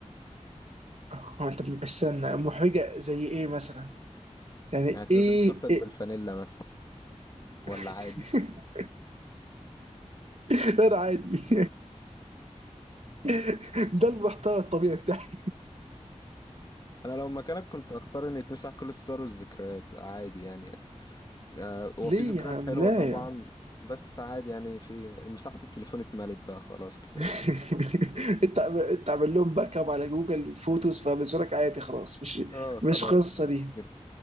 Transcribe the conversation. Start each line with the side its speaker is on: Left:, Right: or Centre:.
Right: اه انت استنى محرجه زي ايه مثلا يعني
Left: يعني تنزل
Right: ايه,
Left: صورتك
Right: إيه؟
Left: بالفانيلا مثلا ولا
Right: <laughs>
Left: عادي
Right: لا انا عادي <laughs> ده المحتوى الطبيعي بتاعي
Left: انا لو مكانك كنت اختار ان يتمسح كل الصور والذكريات عادي يعني آه، هو
Right: ليه
Left: في ذكريات
Right: يا عم
Left: حلوة
Right: لا
Left: طبعا
Right: يا عم
Left: بس عادي يعني في مساحة التليفون اتملت بقى خلاص كفاية
Right: <laughs> انت عم- انت عامل لهم باك اب على جوجل فوتوز فبالنسبه لك عادي خلاص مش
Left: اه خلاص
Right: مش قصه دي
Left: كده